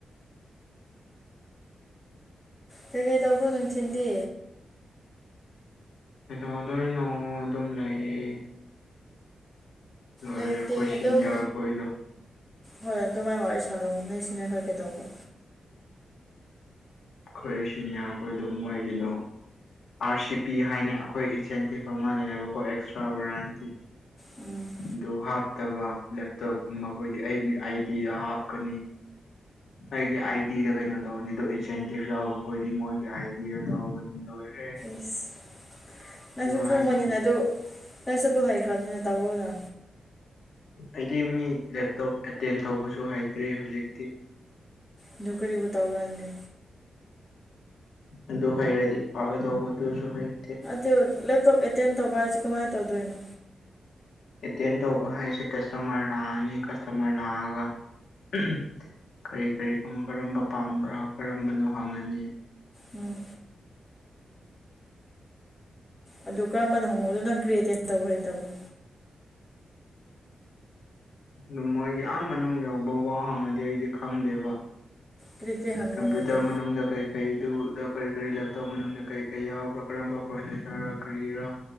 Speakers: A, on the left (about 15°); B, on the left (about 75°).
A: ꯀꯩꯀꯩ ꯇꯧꯕ꯭ꯔꯣ ꯅꯨꯡꯊꯤꯟꯗꯤ
B: ꯀꯩꯗꯧꯗꯣꯏꯅꯣ ꯑꯗꯨꯝ ꯂꯩꯌꯦ ꯂꯣꯏꯔꯦ
A: ꯂꯩꯇꯦ
B: ꯑꯩꯈꯣꯏ
A: ꯑꯗꯨꯝ
B: ꯁꯤꯅꯤꯌꯔ ꯈꯣꯏꯗꯣ
A: ꯍꯣꯏ ꯑꯗꯨꯃꯥꯏꯅ ꯋꯥꯔꯤ ꯁꯥꯔꯧ ꯅꯁꯤꯅꯦ ꯍꯣꯏ ꯀꯩꯗꯧꯕ
B: ꯑꯩꯈꯣꯏ ꯁꯤꯅꯤꯌꯔ ꯑꯩꯈꯣꯏꯗꯨꯝ ꯃꯣꯏꯒꯤꯗꯣ ꯑꯥꯔ ꯁꯤ ꯄꯤ ꯍꯥꯏꯅ ꯑꯩꯈꯣꯏ ꯏꯟꯁꯦꯟꯇꯤꯞ ꯑꯃ ꯂꯩꯌꯦꯕꯀꯣ ꯑꯦꯛꯁꯇ꯭ꯔꯥ ꯕ꯭ꯔꯥꯟꯇꯤ
A: ꯎꯝ
B: ꯑꯗꯨ ꯍꯥꯞꯇꯕ ꯂꯦꯞꯇꯣꯞꯀꯨꯝꯕ ꯑꯩꯈꯣꯏꯗꯤ ꯑꯩꯒꯤ ꯑꯥꯏꯗꯤꯗ ꯍꯥꯞꯀꯅꯤ ꯑꯩꯒꯤ ꯑꯥꯏ ꯗꯤꯗ ꯀꯩꯅꯣ ꯇꯧꯕꯅꯤ ꯑꯗꯣ ꯏꯟꯁꯦꯟꯇꯤꯞ ꯌꯥꯎꯕꯈꯣꯏꯗꯤ ꯃꯣꯏꯒꯤ ꯑꯥꯏ ꯗꯤꯗ ꯇꯧꯕꯅꯤ ꯂꯣꯏꯈ꯭ꯔꯦ
A: ꯏꯁ ꯅꯪꯁꯨ ꯈꯪꯕꯅꯤꯅ
B: ꯍꯥꯏꯅꯕ
A: ꯑꯗꯨ ꯅꯪꯁꯨ ꯑꯗꯨ ꯍꯩꯈ꯭ꯔꯕꯅꯤꯅ ꯇꯧꯔꯨꯅ
B: ꯑꯩꯗꯤ ꯃꯤ ꯂꯦꯞꯇꯣꯞ ꯑꯦꯇꯦꯟ ꯇꯧꯕꯁꯨ ꯍꯩꯇ꯭ꯔꯤ ꯍꯧꯖꯤꯛꯇꯤ
A: ꯑꯗꯨ ꯀꯔꯤꯕꯨ ꯇꯧꯔꯪꯒꯦ
B: ꯑꯗꯨ ꯍꯩꯔꯗꯤ ꯐꯥꯒꯗꯧꯕ ꯗꯨꯁꯨ ꯍꯩꯇꯦ
A: ꯇꯨꯟ ꯂꯦꯞꯇꯣꯞ ꯑꯦꯇꯦꯟ ꯇꯧꯕ ꯍꯥꯏꯁꯦ ꯀꯃꯥꯏꯅ ꯇꯧꯗꯣꯏꯅꯣ
B: ꯑꯦꯇꯦꯟ ꯇꯧꯕ ꯍꯥꯏꯁꯦ ꯀꯁꯇꯃꯔ ꯂꯥꯛꯑꯅꯤ ꯀꯁꯇꯃꯔ ꯂꯥꯛꯑꯒ <unintelligible> ꯀꯔꯤ ꯀꯔꯤ ꯀꯝ ꯀꯔꯝꯕ ꯄꯥꯝꯕ꯭ꯔꯥ ꯀꯔꯝꯕꯅꯣ ꯍꯪꯉꯅꯤ
A: ꯎꯝ ꯑꯗꯨ ꯀꯔꯝꯕꯅꯣ ꯍꯪꯉꯣ ꯑꯗꯨ ꯅꯪ ꯀ꯭ꯔꯤ ꯑꯦꯇꯦꯟ ꯇꯧꯕ ꯍꯩꯇꯕ꯭ꯔꯣ
B: ꯑꯗꯨ ꯃꯣꯏꯒꯤ ꯑꯥ ꯃꯅꯨꯡ ꯌꯧꯕ ꯋꯥ ꯍꯪꯉꯗꯤ ꯑꯩꯗꯤ ꯈꯪꯗꯦꯕ
A: ꯀꯔꯤ ꯀꯔꯤ ꯍꯪꯕ꯭ꯔꯣ
B: ꯀꯝꯄ꯭ꯌꯨꯇꯔ
A: ꯃꯣꯏꯗꯤ
B: ꯃꯅꯨꯡꯗ ꯀꯩ ꯀꯩꯗꯨ ꯗꯥ ꯀꯔꯤ ꯀꯔꯤ ꯂꯦꯞꯇꯣꯞ ꯃꯅꯨꯡꯗ ꯀꯩ ꯀꯩ ꯌꯥꯎꯕ꯭ꯔꯥ ꯀꯔꯝꯕ ꯄ꯭ꯔꯣꯁꯦꯁꯔ ꯔꯥ ꯀꯔꯤꯔꯥ